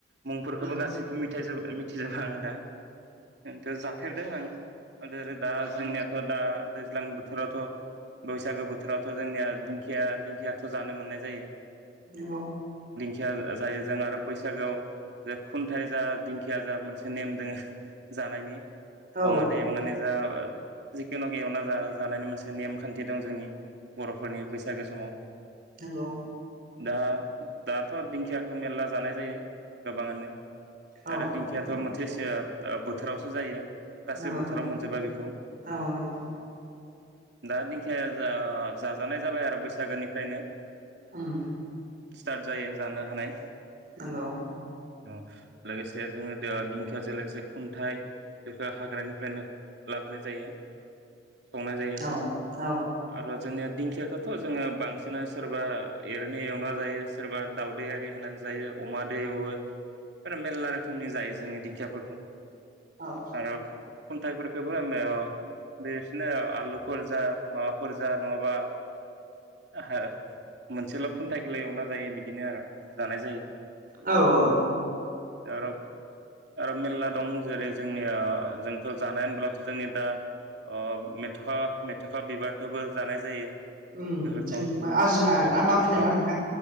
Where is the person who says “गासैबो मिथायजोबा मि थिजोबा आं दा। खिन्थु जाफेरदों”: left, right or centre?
Right